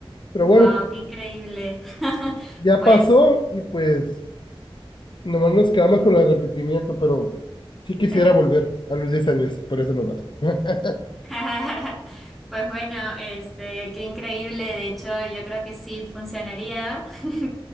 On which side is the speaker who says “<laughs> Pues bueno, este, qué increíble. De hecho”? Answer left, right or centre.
Centre